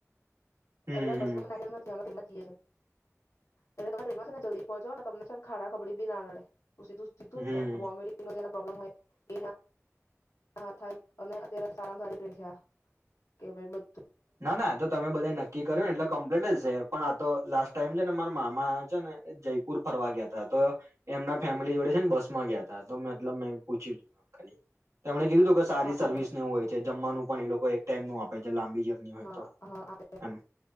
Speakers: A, on the right; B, on the left.
A: હમ
B: એટલે બસ
A: હમ
B: મને આટમ નથીમે જીએ છીએ <unintelligible> એટલે તમે ટ્રેન છે ને જલ્દી પહોંચો ને તમને છે ને ખાડા ખબડી બી ના લડે. ધ દૂધ
A: હમ
B: દે અમે પ્રોબ્લેમ હો એ ના હા હા થાય અયારે સારામાં સારી ટ્રેન છે આ, થયા કે ભ
A: ના ના તો તમે બધા નક્કી કર્યુંને એટલે કમ્પ્લીટ જ છે પણ આ તો લાસ્ટ મ છે ને મારા મામા છે ને જયપુર ફરવા ગયા તા તો, એમના ફેમિલી જોડે છે ને બસ માં ગયા તા તો મતલબ મેં પૂછી લધુંમ ખાલી. તેમણે કીધું કે સારી
B: વહાં
A: સર્વિસનેવ
B: આગળ
A: હોય છે. જમવાનું પણ એ લોકો એક ટાઈમ નું આપે છે લાંબી જર્ની હોય
B: હા
A: તો
B: હા આપ
A: એમ